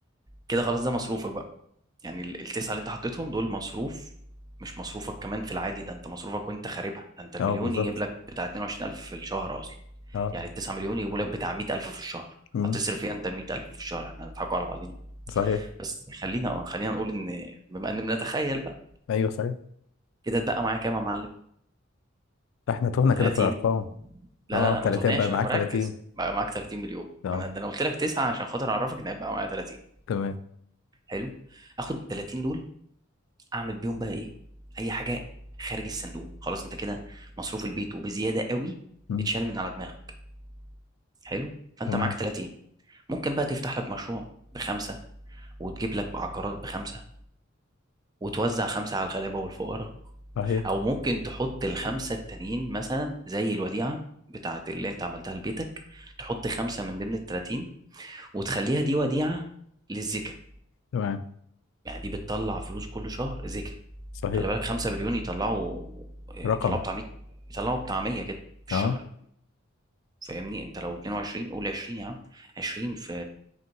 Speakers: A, on the right; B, on the left.
A: كده خلاص ده مصروفك بقى يعني ال- التسعة اللي انت حطيتهم دول مصروف مش مصروفك كمان في العادي ده انت مصروفك وانت خاربها ده انت المليون
B: اه بالظبط
A: يجيب لك بتاع 22000 الف في الشهر اصلا
B: اه
A: يعني التسعة مليون يجيبوا لك بتاع 100000 الف في الشهر
B: مم.
A: هتصرف ايه انت 100000 الف في الشهر احنا هنضحكوا على بعضينا
B: صحيح
A: بس خلينا اه خلينا نقول ان بما ان بنتخيل بقى
B: ايوه صحيح
A: كده اتبقى معايا كام يا معلم
B: احنا تهنا
A: 30
B: كده في الارقام
A: لا
B: اه
A: لا لا
B: 30
A: ما تهناش
B: بقى معاك
A: انا مركز
B: 30
A: بقى معاك 30 مليون
B: اه
A: ما انا ده انا قلت لك تسعه عشان خاطر اعرفك ان هيبقى معايا 30
B: تمام
A: حلو اخد ال 30 دول اعمل بيهم بقى ايه اي حاجه خارج الصندوق خلاص انت كده مصروف البيت وبزياده قوي
B: مم.
A: اتشال من على دماغك حلو فانت
B: تمام
A: معاك 30 ممكن بقى تفتح لك مشروع بخمسه وتجيب لك بعقارات بخمسه وتوزع خمسه على الغلابه والفقراء
B: صحيح
A: او ممكن تحط الخمسه التانيين مثلا زي الوديعه بتاعت اللي انت عملتها لبيتك تحط خمسه من ضمن ال 30 وتخليها دي وديعة للزكاة
B: تمام
A: يعني دي بتطلع فلوس كل شهر زكاة
B: صحيح
A: خلي بالك 5 مليون يطلعوا يطلعوا
B: رقم
A: بتاع 100 يطلعوا بتاع 100 كده في
B: اه
A: الشهر فاهمني انت لو 22 قول 20 يا عم 20 في